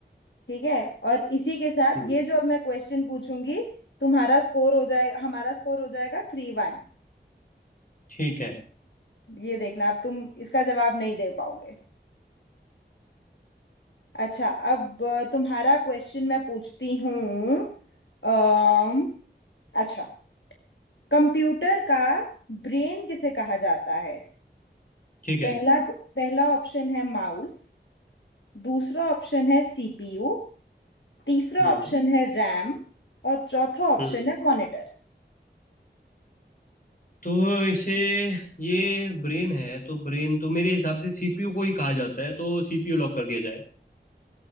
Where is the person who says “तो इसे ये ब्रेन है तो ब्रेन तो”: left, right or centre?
Left